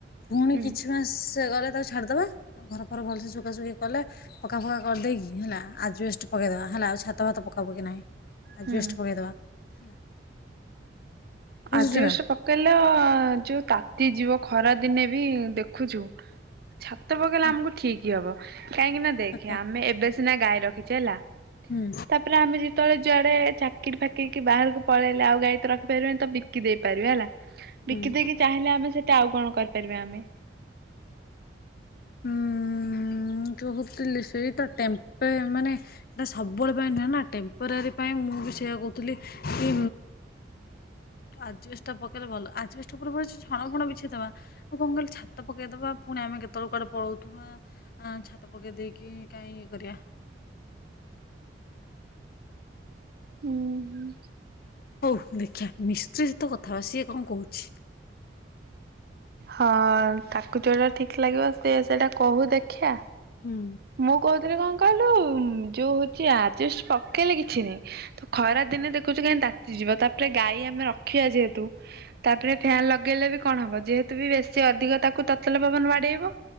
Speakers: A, on the left; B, on the right.
A: ପୁଣି
B: ହୁଁ।
A: କିଛି ମାସ ଗଲେ ତ ଛାଡ଼ିଦେବାଉ ଘର ଫର ଭଲସେ ଶୁଖାସୁଖି କଲେ ପକା ଫକ୍କା କରିଦେଇକି? ଁ ହେଲା ଆଜି ପକେଇଦବା ହେଲା ଆଉ ଛାତ ଭାତ ପକବ କି ନାହିଁ। ଆ
B: ହୁଁ
A: ବେଷ୍ଟ ଭୋଗେଇ ଦେବା ହେଲା। ବୁଝୁଛୁ
B: ଆଜି ବସ
A: ନା
B: ପକେଇଲେ ଯୋଉ ତା ଏତି ଯିବ ଖରା ଦିନେ ବି ଦେଖ ରଖଛୁ ଛାତ ପକେଇଲେ
A: ଆଉ
B: ଆମକୁ ଠିକ ହି ହବ କାହିଁକି ନା ଦେଖ
A: ଛାତ
B: ଆମେ ଏବେ ସିନା ଗାଈ ରଖିଛେ ହେଲା
A: ହୁଁ
B: ତାପରେ ଆମେ ଯେତେବେଳେ ଯୁଆଡେ ଚିକି ଫାକିକି ବାହାରକୁଳଲେଉ ଗଈ ତ ରଖିପାରିବନି ତ ବିକି ଦେଇ ପାରିବେ ହେଲା।
A: ହୁଁ
B: ବିକି ଦେଇେଇକି ଚାହିଁଲେ ଆମେ ସେଠି ଆଉ କଣ କରିପାରିବା ଆମେ
A: ହୁଁ ଁ କହୁଥିଲି ସେଇଟ ମାନେ ଏଟା ସବୁବେଳେ ପାଇଁ ନୁହେଁ ନା ଟେମ୍ପୋରାରୀ ପାଇଁ ମୁଁ ବି ସେଇଆ କହୁଥିଲି କି ଆଜଗଷ୍ଟା ପକେଇଲେ ଭଲ ଆଜିଗଷ୍ଟା ପୂର୍ବ ସେ ଛଣ ଫୁଣ ବିଛେଇଦବା ଆଉ କଣ କହିଲି ଛାତ ପକେଇଦବା ପୁଣି ଆମେ କେତେବେଳକୁ କଆଡେ ପଳଉଥିବା। ହଁ ଛାତ ପକେଇ ଦେଇକି କାହିଁ ଇଏ କରିବା।
B: ଓ ହୁଁ
A: ହଉ ଦେଖିବା ମିସ୍ତ୍ରୀ ସହିତ କଥାବାର୍ ସ କଣ କହୁଛି।
B: ହଁ ତାକୁ ଯେଉଁଟା ଠିକ୍ ଲାଗିବ ସେ ସେଇଟା କହୁ ଦେଖିିବା
A: ହୁଁ
B: ମୁଁ କହୁଥିଲି କଣ? କହିଲୁ ଯୋଉ ହଉଛି ଆଜିଷ୍ଟ ପକେଇଲେ କିଛି ନାହିଁ ତ ଖରା ଦିନେ ଦେଖୁଛୁ କାହିଁି ତାତିଯିବ ତାପରେ ଗାଈ ଆମେ ରଖିବା ଯେହେତୁ ତାପରେ ଫ୍ୟାନ ଲଗେଇଲେ ବି କଣ ହବ ଯେତ ବି ବେଶୀ ଅଧିକ ତାକୁ ତତଲ ପବନ ବାଡେଇବ